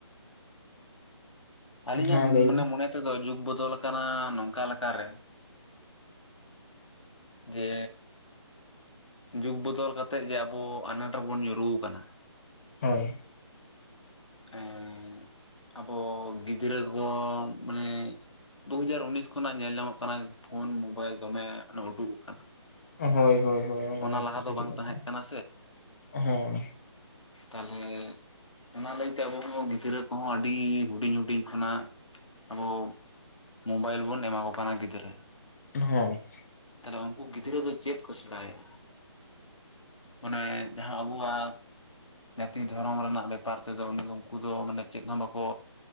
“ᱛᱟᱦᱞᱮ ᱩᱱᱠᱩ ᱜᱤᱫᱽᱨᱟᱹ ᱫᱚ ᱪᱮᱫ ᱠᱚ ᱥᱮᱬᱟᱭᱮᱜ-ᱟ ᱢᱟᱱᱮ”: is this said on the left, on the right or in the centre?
Left